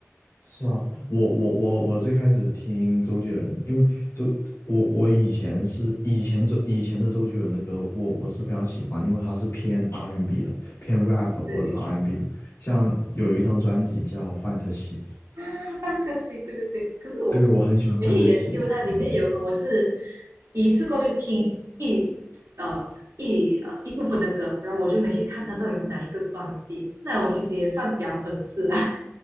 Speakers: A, on the left; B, on the right.
A: 是啊，我我我我最开始听周杰伦，因为周我我以前是以前周以前的周杰伦的歌，我我是非常喜欢，因为他是偏 R&B n 的，偏 rap
B: 对
A: 或者是 R&B n 的。像有一张专辑叫《范特西》，
B: 啊，f a n t a s y 对对对。可是我没
A: 因为我很喜欢范特西内容的
B: 没去研究它里面有什么，我就是一次过去听一呃一呃一部分的歌，然后我就没去看它到底是哪一个专辑。那我其实也算假粉丝啦。